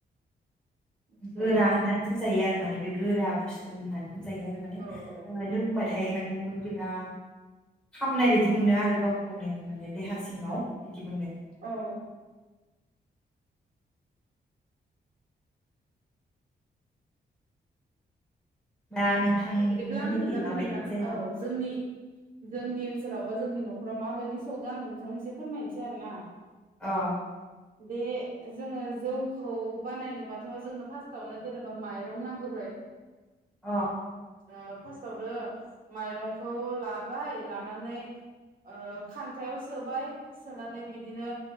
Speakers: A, on the right (about 55°); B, in the centre.
A: आतसा
B: गोरा होननानै बुंजायो आरो माने बे गोरा बुस्थु होननानै बुंजायो आरो माने
A: औ
B: लोंबाथाय माने बोरैबा खामनाय बायदि मोनो आरो गाव खौनो माने देहा सिङाव बिदि मोनो।
A: औ
B: दा नोंथांमोननिखि
A: बिदिब्ला आं खोन्थानोसै
B: माबायदि
A: नोंथां
B: जेनेबा
A: औ जोंनि जोंनि सोलावबा जोंनि न'खराव माबायदि सौगो आं नोंथांनो एसे फोरमायनोसै आरो ना।
B: औ।
A: बे जोङो जौखौ बानायनोबाथ' जोंनो फार्स्टआवनो जेनेबा माइरं नांग्रोबाय
B: अ।
A: ओ फार्स्टआवनो माइरंखौ लाबाय लानानै ओ खान्थायाव सोबाय सोनानै बिदिनो